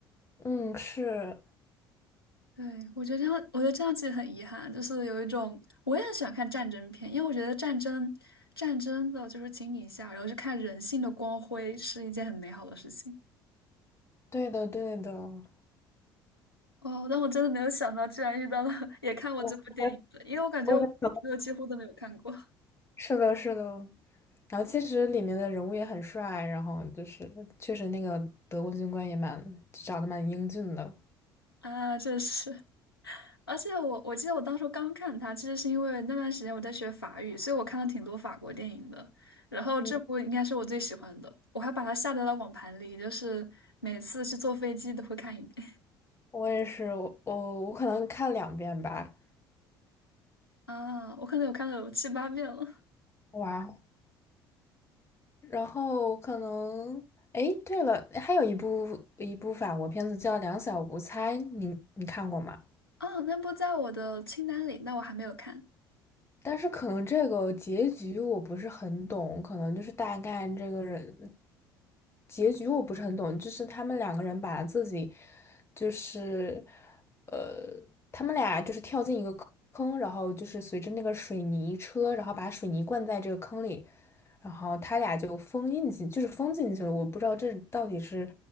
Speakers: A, on the left (about 20°); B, on the left (about 80°).
A: 嗯，是
B: 对，我觉得这样，我觉得这样其实很遗憾，就是有一种我也很喜欢看战争片，因为我觉得战争战争的就是情一下，然后去看人性的光辉是一件很美好的事情。
A: 对的，对的，
B: 哇，但我真的没有想到，居然遇到了 <laughs> 也看过这部电影的，
A: 我
B: 因为我感觉我我朋友几乎都没有看过
A: 我是的，是的。然后其实里面的人物也很帅，然后就是确实那个德国军官也蛮长得蛮英俊的。
B: 啊，这是。而且我我记得我当初刚看它，其实是因为那段时间我在学法语，所以我看了挺多法国电影的。然后这部应该是我最喜欢的，
A: 嗯，
B: 我还把它下载到网盘里，就是每次去坐飞机都会看一遍
A: 我也是，我我可能看两遍吧，
B: <laughs> 啊。我可能有看了有七八遍了
A: 哇，然后可能，哎，对了，还有一部一部法国片子叫《两小无猜》，你你看过吗？
B: 啊。那部在我的清单里，但我还没有看。
A: 但是可能这个结局我不是很懂，可能就是大概这个人结局我不是很懂，就是他们两个人把自己就是呃，他们俩就是跳进一个坑，然后就是随着那个水泥车，然后把水泥灌在这个坑里，然后他俩就封印进，就是封进去了。我不知道这到底是